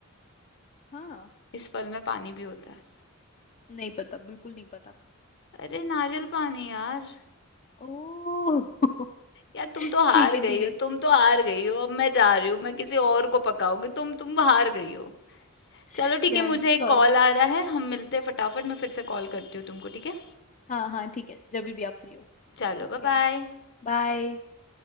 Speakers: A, on the left; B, on the left.
A: हाँ
B: इस फल में पानी भी होता है
A: नहीं पता बिल्कुल नहीं पता
B: अरे नारियल पानी यार
A: ओ <laughs>
B: यार तुम तो हार
A: ठीक है
B: गई
A: ठीक है
B: हो तुम तो हार गई हो अब मैं जा रही हूँ मैं किसी और को पकाऊंगी तुम तुम हार गई हो
A: <laughs>
B: चलो ठीक
A: यार
B: है मुझे एक
A: सॉरी
B: कॉल आ रहा है हम मिलते हैं फटाफट मैं फिर से कॉल करती हूँ तुमको ठीक है
A: हाँ हाँ ठीक है जब भी आप फ्री हो
B: चलो
A: ओके
B: बाय बाय
A: बाय